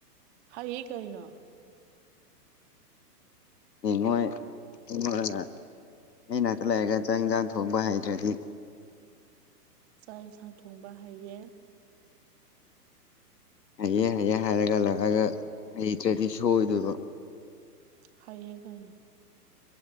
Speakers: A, on the right (about 40°); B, on the left (about 85°).
A: ꯍ ꯍ ꯀꯥꯏꯅꯣ
B: ꯏꯉꯣꯏ ꯏꯣ ꯑ ꯥꯛꯇ ꯂꯩꯔꯒ ꯆꯪꯖꯥꯡ ꯊ ꯊꯣꯛꯄ ꯍꯥꯏꯗ꯭ꯔꯗꯤ
A: ꯆꯥꯛ ꯌꯦꯟꯁꯥꯡ ꯊꯣꯡꯕ ꯍꯥꯏꯩꯌꯦ
B: ꯍꯩꯑ ꯍꯩꯑꯦ ꯍꯥꯏꯔꯒ ꯂꯥꯛꯑꯒ ꯍꯩꯇ꯭ꯔꯗꯤ ꯁꯣꯏꯗꯣꯏꯕ
A: ꯍꯩꯌꯦ ꯀꯩꯅꯣ